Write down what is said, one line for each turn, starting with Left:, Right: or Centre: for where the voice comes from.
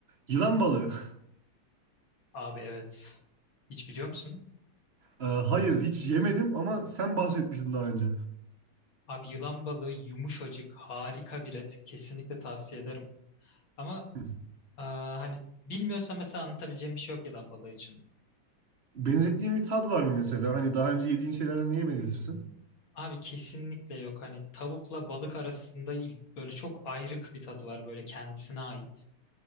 Right: Yılan balığı. <laughs>
Left: abi evet. Hiç biliyor musun?
Right: Ee, hayır hiç yemedim ama sen bahsetmiştin daha önce.
Left: Abi yılan balığı yumuşacık harika bir et. Kesinlikle tavsiye ederim. Ama
Right: Hı.
Left: e, hani bilmiyorsan mesela anlatabileceğim bir şey yok yılan balığı için.
Right: Benzettiğin bir tat var mı mesela? Hani daha önce yediğin şeylerden neye benzetirsin?
Left: Abi kesinlikle yok hani tavukla balık arasında il- böyle çok ayrık bir tadı var böyle kendisine ait.